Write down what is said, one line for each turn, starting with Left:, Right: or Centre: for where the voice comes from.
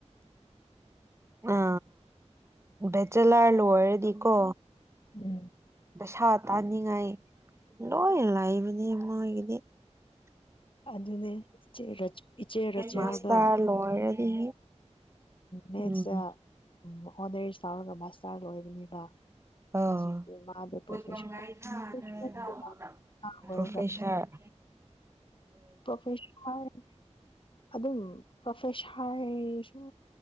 Right: ꯑ ꯕꯦꯆꯂꯥꯔ ꯂꯣꯏꯔꯗꯤꯀꯣ
Left: ꯎꯝ
Right: ꯄꯩꯁꯥ ꯇꯥꯅꯤꯡꯉꯥꯏ ꯂꯣꯏ ꯂꯩꯥꯕꯅꯤ ꯃꯣꯏꯒꯤꯗꯤ
Left: ꯑꯗꯨꯅꯦ ꯏꯆꯦ ꯏꯆꯦ ꯔꯖꯤꯌꯥꯗꯣ
Right: ꯃꯥꯁꯇꯔ ꯂꯣꯏꯔꯗꯤ
Left: ꯃꯦꯇꯁꯇ
Right: ꯎꯝ
Left: ꯎꯝ ꯑꯣꯅꯔꯁ ꯇꯧꯔꯒ ꯃꯥꯁꯇꯔ ꯂꯣꯏꯕꯅꯦꯕ
Right: ꯄꯔꯣꯐꯦꯁꯔ
Left: ꯍꯧꯖꯤꯛꯇꯤ ꯃꯥꯗꯣ ꯄ꯭ꯔꯣꯐꯦꯁꯔ ꯄ꯭ꯔꯣꯐꯦꯁꯔ ꯑꯣꯏꯔꯒ ꯄ꯭ꯔꯣꯐꯦꯁꯔ ꯑꯗꯨꯝ ꯄ꯭ꯔꯣꯐꯦꯁꯔꯁꯨ